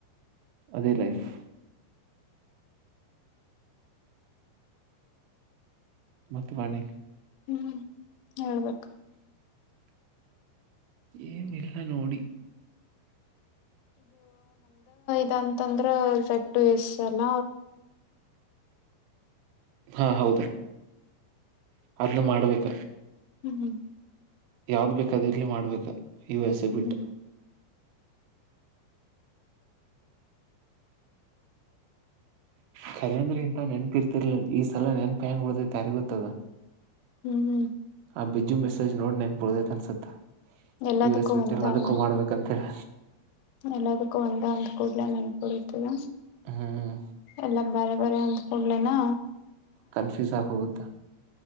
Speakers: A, on the right; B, on the left.
A: ಅದೇ ಲೈಫ್ ಮತ್ತ ವಾಣಿ
B: ಹ್ಮ್ ಹೇಳ್ಬೇಕು
A: ಏನಿಲ್ಲ ನೋಡಿ
B: ಇ ಅಂತಂದ್ರ ಸೆಟ್ಟು ಎಸ್ ಅಲ್ಲ
A: ಹಾ ಹೌದ ಅದ್ನ್ನು ಮಾಡ್ಬೇಕ
B: ಹ್ಮ್ ಹ್ಮ್
A: ಯಾವ್ದ್ ಬೇಕದಿರ್ಲಿ ಮಾಡ್ಬೇಕ ಯು ಎಸ್ ಎ ಬಿಟ್ಟ
B: ಹ್ಮ್
A: ಖ ಅಂದ್ರೆ ಇಂತ ನೆನಪಿರ್ತಿರ್ಲಿಲ್ಲ ಈ ಸಲ ನೆನಪಿ ಹೆಂಗ ಬಿಡತೈತಿ ಎರಿ ಗೊತ್ತದ
B: ಹ್ಮ್ ಹ್ಮ್
A: ಆ ಬಿಜ್ಜು ನೋಡ್ ಬೆನ್ಪುಲ್ಡೊಯ್ತು ಅನ್ಸುತ್ತ
B: ಎಲ್ಲದಕ್ಕೂ
A: ಯು ಎಸ್ ಬಿಟ್
B: ಒಂದ
A: ಎಲ್ಲದಕ್ಕೂ
B: ಅಲ್ಲ
A: ಮಾಡ್ಬೇಕ ಅಂತ ಹೇಳಿ
B: ಎಲ್ಲದಕ್ಕೂ ಒಂದ ಅಂದ್ ಕೂಡ್ಲೆ ನೆನ್ಪುಡತದ
A: ಹ್ಮ್
B: ಎಲ್ಲ ಬರ ಬರ ಅಂತ ಕೊಡಲನಾ
A: ಕನ್ಫ್ಯೂಸ್ ಆಗ ಹೋಗುತ್ತಾ